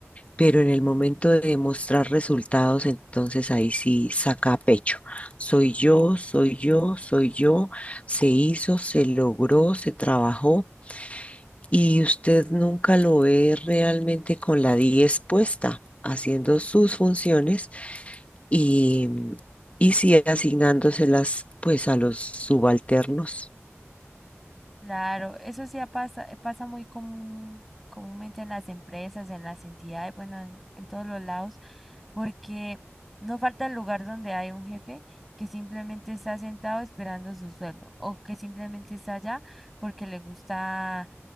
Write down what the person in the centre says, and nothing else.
Claro, eso sí ha pasa, eh, pasa muy común, comúnmente en las empresas, en las entidades, bueno, en, en todos los lados, porque no falta el lugar donde hay un jefe que simplemente está sentado esperando su sueldo o que simplemente está allá porque le gusta